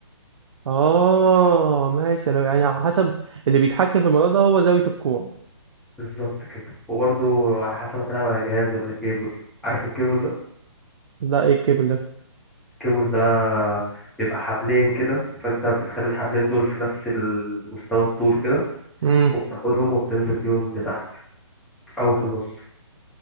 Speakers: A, on the right; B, in the centre.
A: اه ماشي انا يعني على حسب اللي بيتحكم في الموضوع ده هو زاوية الكوع
B: بالظبط كده وبرضو على حسب هتلعب على جهاز ولا كيبل عارف الكيبل ده
A: لا ايه الكيبل ده
B: الكيبل ده بيبقى حبلين كده فانت بتخلي الحبلين دول في نفس المستوى الطول كده
A: امم
B: وبتاخدهم وبتنزل بيهم لتحت او في النص